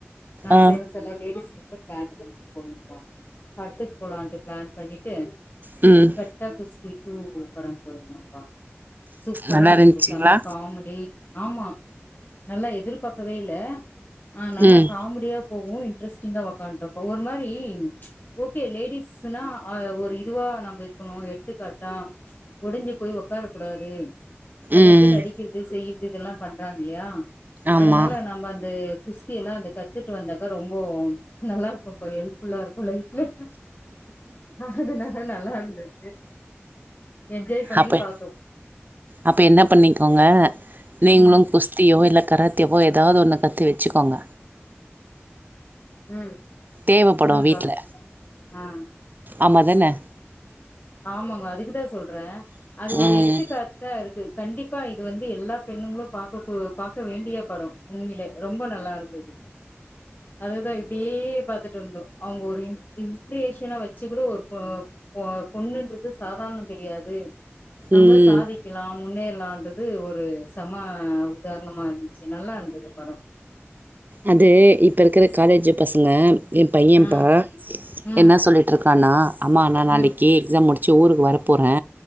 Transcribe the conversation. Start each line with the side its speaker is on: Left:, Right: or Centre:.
Left: நாங்க
Right: ஆ
Left: பிரெண்ட்ஸ் எல்லா லேடிஸ் மட்டு பிளான் பண்ணிட்டு போனோ பா படத்துக்கு போலான்ட்டு பிளான் பண்ணிட்டு
Right: ம்
Left: கட்டா குஸ்தி டூ பட போயிருந்தோப்பா சூப்பரா
Right: நல்லா
Left: இருந்தது
Right: இருந்ச்சுங்ளா
Left: செம்ம காமெடி ஆமா நா எல்லா எதிர்பாக்கவே இல்ல ஆ நல்லா
Right: ம்
Left: காமெடியா போகவு இன்ட்ரெஸ்டிங்கா ஒக்கான்டோப்பா ஒரு மாரி ஓகே லேடிஸ்னா ஆ ஒரு இதுவா நம்ம இருக்கணு எடுத்துக்காட்டா ஒடிஞ்சிப் போய் ஒக்கார கூடாது நெறைய
Right: ம்
Left: பேர் அடிக்கிறது செய்றது இதெல்லா பண்றாங்க இல்லையா
Right: ஆமா
Left: அதனால நம்ம அந்த குஸ்தி எல்லா அந்த கத்துட்டு வந்தாக்க ரொம்போ நல்லா இருக்கு இப்ப ஹெல்ப்ஃபுல்லா இருக்கு லைஃப்ல அதனால நல்லா இருந்தது என்ஜாய் பண்ணி
Right: அப்ப
Left: பாத்தோ
Right: அப்ப என்ன பண்ணிக்கோங்க நீங்களு
Left: ம்
Right: குஸ்தியோ இல்ல கராத்திவோ ஏதாவது ஒன்ன கத்து வச்சுக்கோங்க
Left: ம்
Right: தேவப்படு
Left: சொல்லுங்கப்பா
Right: வீட்ல
Left: ஆ
Right: ஆமாதன
Left: ஆமாங்கோ அதுக்குதா சொல்றே அது ஒரு
Right: ம்
Left: எடுத்துக்காட் டா இருக்குது கண்டிப்பா இது வந்து எல்லா பெண்ணுங்களு பாக்க கூ பாக்க வேண்டிய படோ உண்மலே ரொம்ப நல்லா இருந்தது அதுதா இப்டியே பாத்துட்டு வந்தோ அவுங்க ஒரு இன் இன்ஸ்பிரேஷனா வச்சி கூட ஒரு ப ப்போ பொண்ணுன்றது சாதாரண கெடையாது நம்மள
Right: ம்
Left: சாதிக் கிலா முன்னேறலான்றது ஒரு செம உதார்ணமா இருந்துச்சு நல்லா இருந்துது படோ
Right: அது இப்ப இருக்குற காலேஜ்ஜூ பசங்க என் பையேப்பா
Left: ம் ம்
Right: என்ன சொல்லிட்டுருக் கானா அம்மா நா
Left: ம்
Right: நாளைக்கி எக்ஸாம் முடிச்சு ஊருக்கு வர போறே